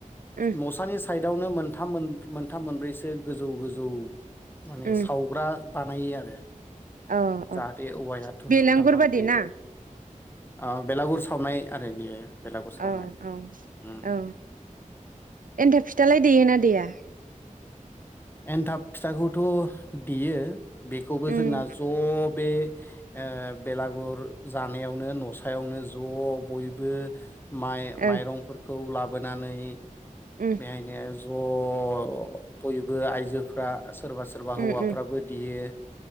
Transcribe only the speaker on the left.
न'सानि साइडआवनो मोनथाम मोन मोनथाम मोनब्रैसो गोजौ गोजौ माने
सावग्रा बानायो आरो
जाहाथे
औवाया धुम
धुम धामधाम
बेरो
ओ बेलागुर सावनाय आरो बेयो बेलागुर सावनाय
उम
एन्थाब फिथाखौथ' देयो बेखौबो
जोंना ज'ब बे ओ बेलागुर जानायावनो न'सायावनो ज' बयबो माइ
माइरंफोर खौ लाबोनानै
बेयायनो। ज' बयबो आइजोफ्रा। सोरबा सोरबा
हौवाफ्राबो
देयो।